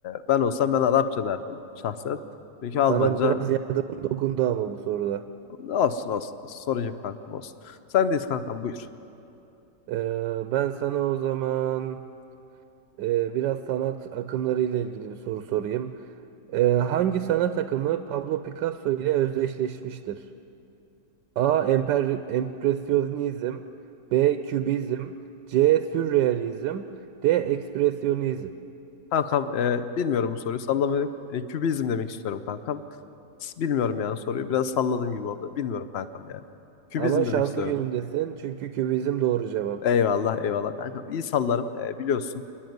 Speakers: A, on the left; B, on the right.
A: e, ben olsam ben Arapça derdim şahsen. Çünkü Almanca
B: Bana biraz yardımın dokundu ama bu soruda.
A: ne olsun olsun, olsun. Sorun yok kankam olsun. Sendeyiz kankam buyur.
B: Ee, ben sana o zaman e, biraz sanat akımları ile ilgili bir soru sorayım. Ee, hangi sanat akımı Pablo Picasso ile özdeşleşmiştir? A. Emper, empresyonizm B. Kübizm C. Sürrealizm D. Ekspresyonizm
A: Kankam e, bilmiyorum bu soruyu sallamayı e, kübizm demek istiyorum kankam. S- Bilmiyorum yani soruyu biraz salladım gibi oldu. Bilmiyorum kankam yani. Kübizm
B: Ama şanslı
A: demek istiyorum.
B: günündesin çünkü kübizm doğru cevap.
A: Eyvallah eyvallah kankam. İyi sallarım e, biliyorsun.